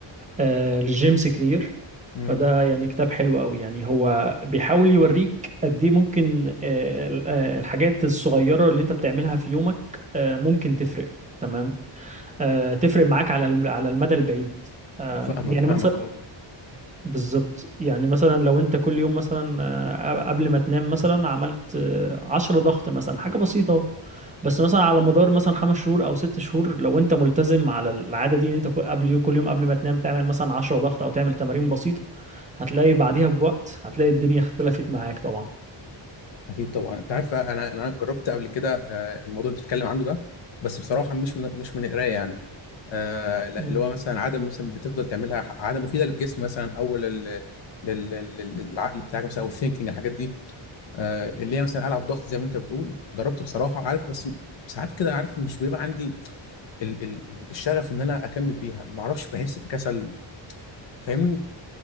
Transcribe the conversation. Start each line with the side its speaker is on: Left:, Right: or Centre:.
Right: آه، لجيمس كلير
Left: امم.
Right: فده يعني كتاب حلو قوي يعني هو بيحاول يوريك قد ايه ممكن آه، ال- آه، الحاجات الصغيرة اللي انت بتعملها في يومك آه، ممكن تفرق تمام آه، تفرق معاك على الم- على المدى البعيد آه،
Left: فاهمك
Right: يعني مثلا
Left: فاهمك اه
Right: بالظبط يعني مثلا لو انت كل يوم مثلا آه، قبل ما تنام مثلا عملت آه، عشرة ضغط مثلا حاجة بسيطة اهو. بس مثلا على مدار مثلا خمس شهور او ست شهور لو انت ملتزم على العادة دي ان انت كل- قبل يوم كل يوم قبل ما تنام تعمل مثلا عشرة ضغط او تعمل تمارين بسيطة هتلاقي بعديها بوقت هتلاقي الدنيا اختلفت معاك طبعا
Left: اكيد طبعا انت عارف انا انا جربت قبل كده آه، الموضوع اللي بتتكلم عنه ده بس بصراحه مش من مش من القرايه يعني آه، لا،
Right: مم.
Left: اللي هو مثلا عاده مثلا بتفضل تعملها ح- عاده مفيده للجسم مثلا او لل لل- لل- للعقل بتاعك مثلا او الثينكينج الحاجات دي آه، اللي هي مثلا العب ضغط زي ما انت بتقول جربت بصراحه عارف بس ساعات كده عارف مش بيبقى عندي ال ال ال- الشغف ان انا اكمل فيها ما اعرفش بحس بكسل فاهمني